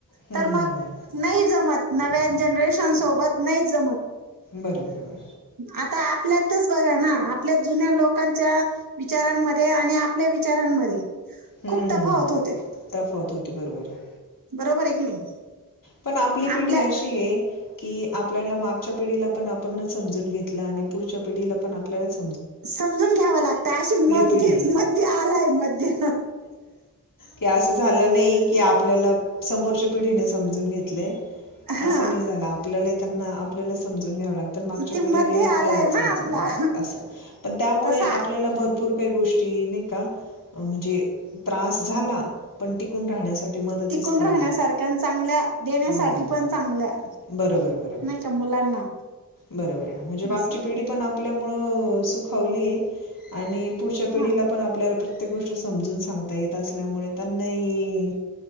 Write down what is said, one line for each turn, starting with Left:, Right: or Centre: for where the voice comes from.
Left: हं,
Right: तर मग
Left: हं, हं.
Right: नाही जमंत. नव्या जनरेशन सोबत नाहीचं जमत.
Left: बरोबर
Right: आता आपल्यातच बघा ना आपल्या जुन्या लोकां च्या विचारांमध्ये आणि आपल्या विचारांमध्ये
Left: हम्म
Right: खूप
Left: हम्म
Right: तफावत
Left: हम्म
Right: होते
Left: तफवत होती बरोबर आहे.
Right: बरोबर आहे की नाही.
Left: पण आपली
Right: आपल्या
Left: पिढी अशी आहे. कि आपल्याला मागच्या पिढीला पण आपण समजून घेतलं आणि पुढच्या पिढीला पण आपल्यालाच
Right: समजून घ्याव लागतय अशी मध्ये
Left: पिढी
Right: मध्ये आलाय मध्ये
Left: कि असं झालं नाही की आपल्याला, समोरच्या पिढीने समजून घेतलय
Right: हा
Left: अस नाही झाल आपल्याला त्यांना आपल्याला समजून घ्याव लागत. तर मागच्या
Right: ते
Left: पिढी
Right: मध्य
Left: आपल्याला
Right: आलाय
Left: समजून
Right: ना आपला
Left: घ्याव अस पण त्यामुळे
Right: तसा
Left: आपल्याला भरपूर भरपूर काही गोष्टी नाही का म्हणजे त्रास झाला पण टिकून राहण्यासाठी. मदतीस
Right: टिकून
Left: पण
Right: राहण्यासारख्या
Left: आल्या
Right: चांगल्या देण्यासाठी
Left: हम्म.
Right: पण चांगलं आहे
Left: बरोबर बरोबर
Right: नाही का मुलांना
Left: बरोबर म्हणजे मागची
Right: असं
Left: पिढी पण आपल्यामुळं सुखावली आहे आणि पुढच्या पिढीला
Right: हा
Left: पण आपल्याला प्रत्येक गोष्ट समजून सांगता येत असल्यामुळे त्यांनाही